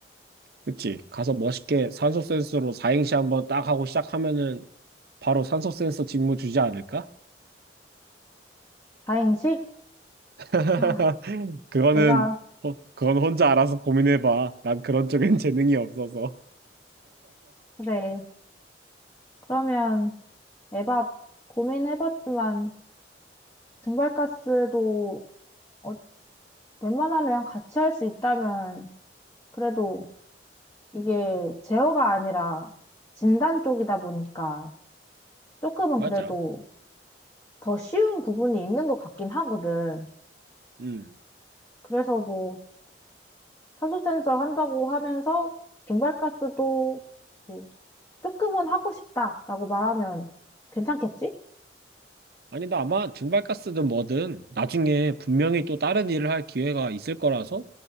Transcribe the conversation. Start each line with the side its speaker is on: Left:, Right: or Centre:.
Right: 그치. 가서 멋있게 산소 센서로 4행시 한번 딱 하고 시작하면은 바로 산소 센서 직무 주지 않을까?
Left: 다행이지?
Right: <laughs>
Left: 아,
Right: 그거는,
Left: 내가,
Right: 어, 그건 혼자 알아서 고민해봐. 난 그런 쪽엔 <laughs> 재능이 없어서.
Left: 그래. 그러면 에밥 고민해봤지만, 증발가스도 어, 웬만하면 같이 할 수 있다면, 그래도 이게 제어가 아니라 진단 쪽이다 보니까 조금은
Right: 맞아.
Left: 그래도 더 쉬운 부분이 있는 것 같긴 하거든.
Right: 음.
Left: 그래서 뭐, 탄소 센서 한다고 하면서 증발가스도 뭐 조금은 하고 싶다라고 말하면 괜찮겠지?
Right: 아니, 나 아마 증발가스든 뭐든 나중에 분명히 또 다른 일을 할 기회가 있을 거라서